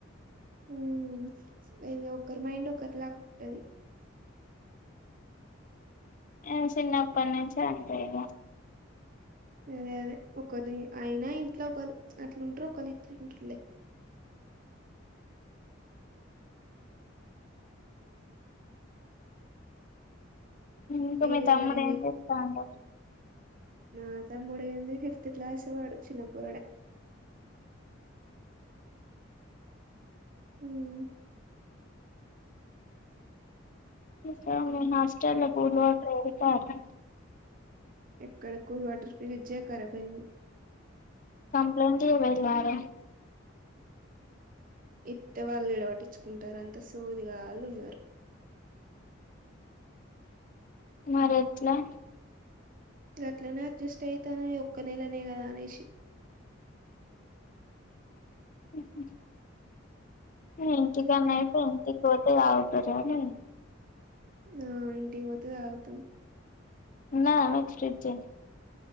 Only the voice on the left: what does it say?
నేను చిన్నప్పటి నుంచి అంతే ఇంకా
ఇంకా
మీ తమ్ముడు
ఏం చేస్తాండు
వా హాస్టల్ పూర్ట పెడతారా
కంప్లట్వలారే
మరి ఎట్లా
ఊ హు హు ఏంటికాన్నాయి
ఉంటి పోతే అతుగుతరు అని
ఉందా మీకు ఫ్రిడ్జే